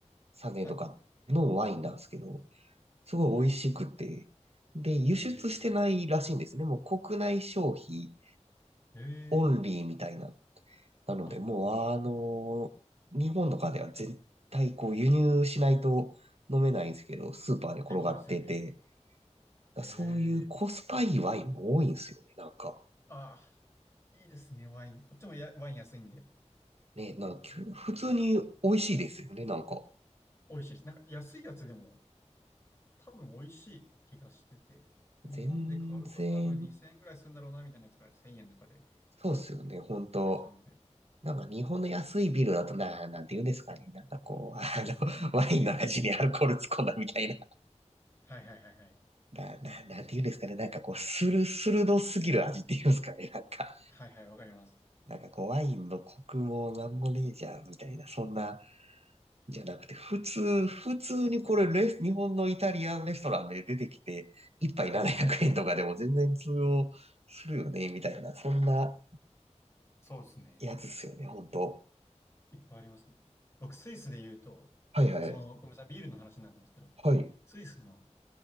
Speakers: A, on the right; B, on the left.
A: 3年とかのワインなんですけど、
B: はい、
A: すごい美味しくて、
B: はい。
A: で、輸出してないらしいんですね。
B: え
A: もう国内消費
B: ー、えー、
A: オンリーみたいな。なので、
B: あ、
A: もうあの、
B: っ
A: 日本とかでは絶対こう輸入しないと飲めないんですけど、スーパーで転がってて、
B: ていうことですよね。え
A: だからそういうコスパいいワインも多いんですよね、
B: ー、
A: なんか。
B: あー、いいですね、ワイン。こっちもやワイン安いんで、
A: ね、なんかきゅ普通に美味しいですよね、
B: 結構よく飲みますけど。
A: なんか。
B: 美味しいです。なんか安いやつでも、多分美味しい気がしてて、日本で買うと多分2000円ぐらいするんだろうな、
A: 全然、
B: みたいなやつが1000円とかで
A: そうですよね、本当
B: 買えちゃうんで。
A: なんか日本の安いビールだとな、なんて言うんですかね。なんかこう、あの、<laughs> ワインの味にアルコール突っ込んだみたいな。
B: はいはいはいはい。
A: な、な、なんて言うんですかね。なんかこう、スルスルドすぎる味って言うんですかね。なんか、
B: はいはい、わかります。
A: なんかこう、ワインのコクもなんもねえじゃん、みたいな。そんな、じゃなくて、普通、普通にこれレス、日本のイタリアンレストランで出てきて、一杯700円とかでも全然通用するよね、
B: はい。
A: みたいな。そんな
B: そうですね。
A: やつっすよね、ほんと。
B: いっぱいありますね。僕、スイスで言うと、
A: はいはい。
B: その、ごめんなさい、ビールの話になるんですけど、
A: はい。
B: スイスの、